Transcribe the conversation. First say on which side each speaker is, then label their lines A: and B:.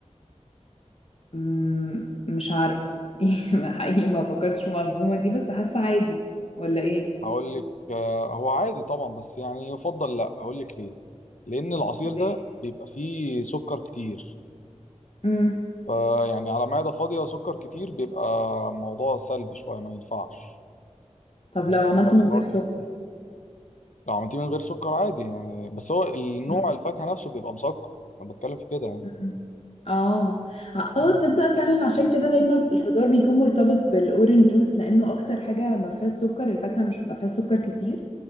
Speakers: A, on the left (about 55°); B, on the left (about 80°).
A: مم، مش عارف <laughs> حقيقي ما فكرتش في المعلومة دي بس حاسة عادي ولا ايه
B: هقول لك آه هو عادي طبعا بس يعني يفضل لا هقول لك ليه لان العصير
A: ليه
B: ده بيبقى فيه سكر كتير
A: مم.
B: فيعني على معده فاضيه سكر كتير بيبقى موضوع سلبي شويه ما ينفعش
A: طب
B: لازم
A: لو عملته
B: فواكه.
A: من غير سكر
B: لو عملتيه من غير سكر عادي يعني بس هو النوع
A: مم.
B: الفاكهه نفسه بيبقى مسكر انا بتكلم في كده يعني
A: مم. اه اه تصدق فعلا عشان كده دايما الفطار بيكون مرتبط بالاورنج جوس لانه اكتر حاجه ما فيهاش سكر الفاكهه مش ما فيهاش سكر كتير